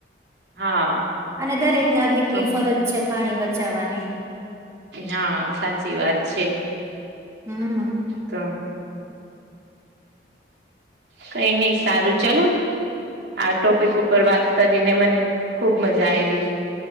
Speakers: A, on the right; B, on the right.
A: હા
B: અને દરેક નાગરિક ની
A: તો
B: ફરજ છે પાણી બચાવવાની
A: હા સાચી વાત છે
B: હમ
A: તો કઈ ની સારું ચલો આ ટોપિક ઉપર વાત કરીને મને ખુબ મજા આયવી